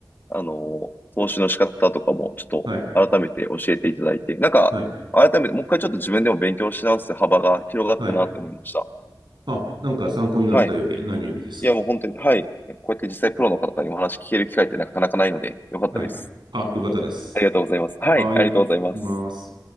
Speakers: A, on the left; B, on the right.
A: あの、投資の仕方とかもちょっと改めて教えていただいて、
B: はい。
A: なんか、
B: はい。
A: 改めてもう一回ちょっと自分でも勉強し直す幅が広がったなって思いました。
B: はい。あ、なんか参考になったより何よりです。
A: はい。いや、もう本当に、はい。こうやって実際プロの方にお話聞ける機会ってなかなかないので、よかったです。
B: はい。あ、よかったです。
A: ありがとうございます。はい、
B: はい、
A: ありがとうございます。
B: 行きます。